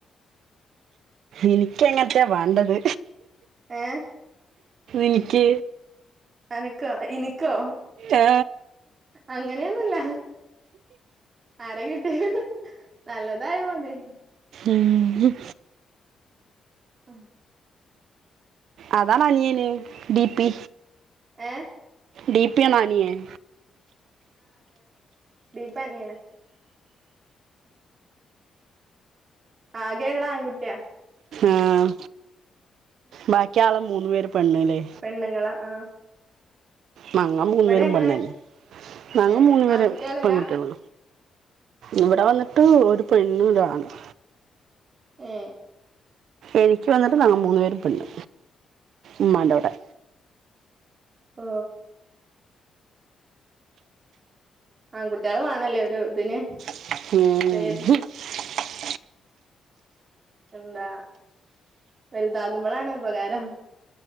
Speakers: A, on the right; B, on the right.
A: എനിക്ക അങ്ങനത്തെയാ വേണ്ടത്
B: ഏ
A: എനിക്ക്
B: അനക്കോ ഇനിക്കോ
A: ആ,
B: അങ്ങനെയൊന്നുമല്ല ആരെ കിട്ടിയാലും നല്ലതായ മതി
A: ഉം
B: ആഹ
A: അതാ അനിയന് ഡി പി
B: ഏ
A: ഡിപിയണോ അനിയൻ
B: ഡി പി അനിയനാ ആകെള്ള ആൺകുട്ടിയ
A: ആഹ ബാക്കി ആള മൂന്ന് പേര് പെണ്ണല്ലേ
B: പെണ്ണുങ്ങളാ ആഹ
A: ഞങ്ങഗ മൂന്ന് പേരും
B: എങ്ങനെ
A: പെണ്ണന്നെ ഞങ്ങ
B: ഏഹ്
A: മൂന്ന് പേര്
B: ആൺകുട്ടികളില്ല
A: പെൺകുട്ടികൾ ഇവിടെ വന്നിട്ട് ഒരു പെണ്ണും ഒരാണും
B: ഏ
A: എനിക്ക് വന്നിട്ട് ഞങ്ങ മൂന്നു പേര് പെണ്ണ് ഉമ്മാന്റെ അവിടെ
B: ഓ ആൺ കുട്ടികള് വേണല്ലേ ഒരു ഇതിന്
A: മ്
B: പേര് എന്താ വലുതാകുമ്പോളാണ് ഉപകാരം